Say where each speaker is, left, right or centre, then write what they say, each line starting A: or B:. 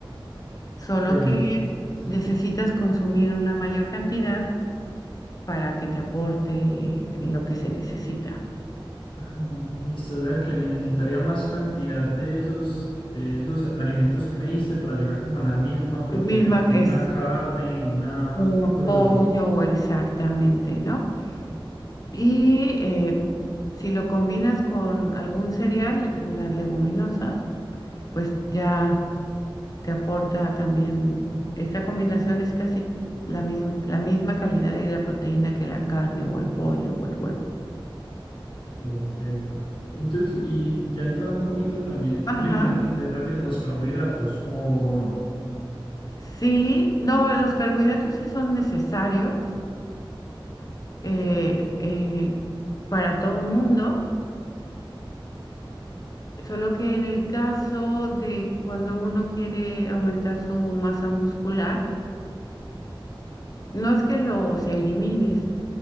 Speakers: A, on the left; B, on the left.
A: solo
B: perfecto.
A: que necesitas consumir una mayor cantidad para que te aporte lo que se necesita.
B: Ah, Listo, o sea que necesitaría más cantidad de esos, de esos alimentos que me dijiste para llegar como a la misma proteína
A: Misma
B: que
A: es
B: tiene una carne, una
A: como
B: cosa
A: pollo
B: así.
A: o exactamente, ¿no? Y eh, si lo combinas con algún cereal, eh, las leguminosas, pues ya te aporta también, esta combinación es casi la misma, la misma calidad de la proteína que la carne o el pollo o el huevo.
B: Perfecto. Entonces, y ya entrando un poquito también,
A: Ajá,
B: me imagino que te refieres a los carbohidratos o no.
A: sí, no, los carbohidratos sí son necesarios eh, eh, para todo el mundo, solo que en el caso de cuando uno quiere aumentar su masa muscular, no es que los elimines,